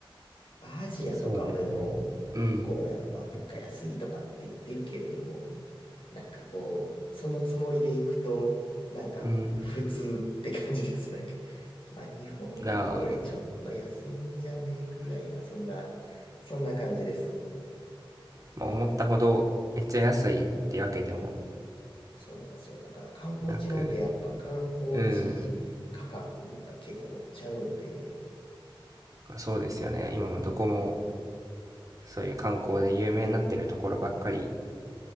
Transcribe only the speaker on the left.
アジアとかでも結構やっぱ物価安いとかって言ってるけれども、
なんかこう、そのつもりで行くと、なんか普通って感じです。
<laughs> なんか、まあ日本よりちょっと安いんじゃねえぐらいな、
そんな、そんな感じです。
そうなんですよ。だから観光地なんでやっぱ観光地価格が結構乗っちゃうんで、